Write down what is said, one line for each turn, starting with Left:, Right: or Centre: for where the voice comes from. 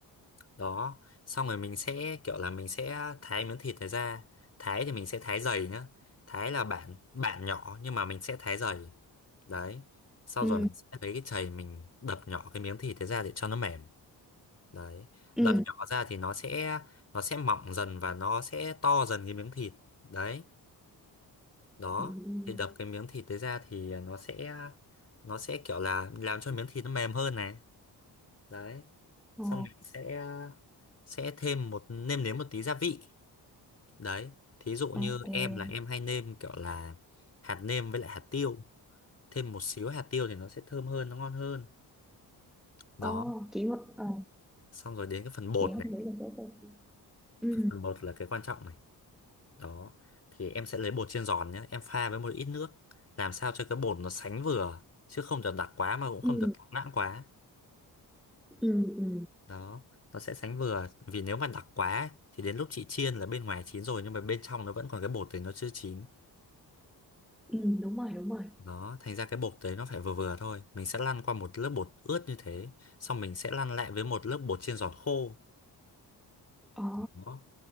Left: đó xong rồi mình sẽ kiểu là mình sẽ thái miếng thịt này ra thái thì mình sẽ thái dày nhá thái là bản bản nhỏ nhưng mà mình sẽ thái dày đấy sau
Centre: ừ
Left: rồi mình sẽ lấy cái chày mình đập nhỏ cái miếng thịt đấy ra để cho nó mềm đấy
Centre: ừ
Left: đập nhỏ ra thì nó sẽ nó sẽ mỏng dần và nó sẽ to dần cái miếng thịt đấy đó
Centre: ừ
Left: thì đập cái miếng thịt đấy ra thì nó sẽ nó sẽ kiểu là làm cho miếng thịt nó mềm hơn này đấy
Centre: ờ
Left: xong mình sẽ sẽ thêm một nêm nếm một tí gia vị Đấy, thí dụ như
Centre: ok
Left: em là em hay nêm kiểu là hạt nêm với lại hạt tiêu. Thêm một xíu hạt tiêu thì nó sẽ thơm hơn, nó ngon hơn. Đó,
Centre: ờ chị muốn- ờ,
Left: xong rồi đến cái phần bột
Centre: chị không
Left: này.
Centre: nghĩ là sẽ cho chị ừ
Left: Phần bột là cái quan trọng này. Đó, thì em sẽ lấy bột chiên giòn nhé. Em pha với một ít nước. Làm sao cho cái bột nó sánh vừa. Chứ không được đặc quá mà cũng không
Centre: ừ
Left: được loãng quá.
Centre: ừ ừ
Left: Đó, nó sẽ sánh vừa. Vì nếu mà đặc quá thì đến lúc chị chiên là bên ngoài chín rồi nhưng mà bên trong nó vẫn còn cái bột thì nó chưa chín.
Centre: ừ đúng rồi đúng rồi
Left: Đó, thành ra cái bột đấy nó phải vừa vừa thôi. Mình sẽ lăn qua một lớp bột ướt như thế, xong mình sẽ lăn lại với một lớp bột chiên giòn khô.
Centre: ồ
Left: Đó.